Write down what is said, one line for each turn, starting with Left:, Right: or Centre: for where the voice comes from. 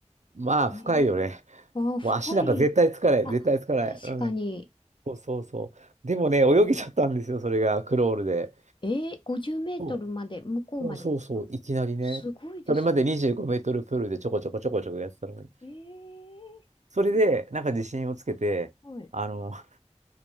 Right: まあ、
Left: えー、
Right: 深いよね。
Left: あー、深い。
Right: もう足なんか絶対つかない、
Left: あ、
Right: 絶対つかない。
Left: 確かに。
Right: うん。そうそうそう。でもね、泳げちゃったんですよ、それが、クロールで。
Left: えー、50メートルまで、
Right: そ
Left: 向こうまでですか
Right: うそうそうそう、いきなりね。
Left: すごいですね。
Right: それまで25メートルプールでちょこちょこちょこちょこやってたのに。
Left: えー、
Right: それで、
Left: え
Right: なんか自信をつけて、
Left: ー、はい。
Right: あの、<laughs>